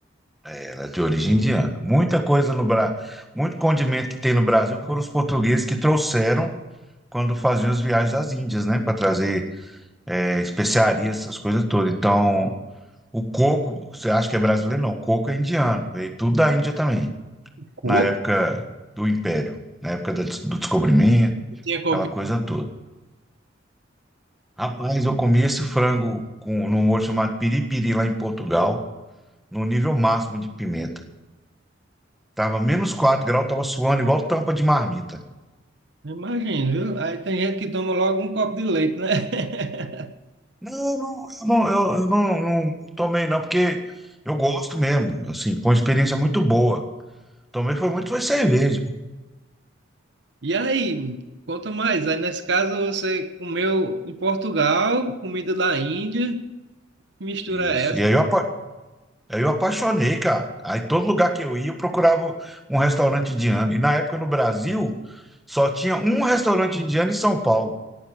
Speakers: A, in the centre; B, on the right.
A: Ela é de origem indiana. Muita coisa no Brasil, muito condimento que tem no Brasil foram os portugueses que trouxeram quando faziam as viagens às Índias, né? Para trazer é, especiarias, essas coisas todas. Então, o coco, você acha que é brasileiro? Não, o coco é indiano. Veio tudo da Índia também,
B: Coco?
A: na época do Império, na época da des- do descobrimento,
B: Tinha coquinho.
A: aquela coisa toda. Rapaz, eu comi esse frango com, num molho chamado piripiri lá em Portugal, no nível máximo de pimenta. Tava menos 4 graus, tava suando igual tampa de marmita.
B: Imagina, viu? Aí tem gente que toma logo um copo de leite, né? <laughs>
A: Não, não, eu não, eu- eu não- não tomei não, porque eu gosto mesmo, assim, foi uma experiência muito boa. Tomei foi muito, foi cerveja.
B: E aí, conta mais. Aí nesse caso você comeu em Portugal, comida da Índia, que mistura
A: Isso.
B: é essa,
A: E aí eu, apa- aí eu apaixonei, cara. Aí todo lugar que eu ia, eu procurava um restaurante indiano. E na época no Brasil, só tinha um restaurante indiano em São Paulo.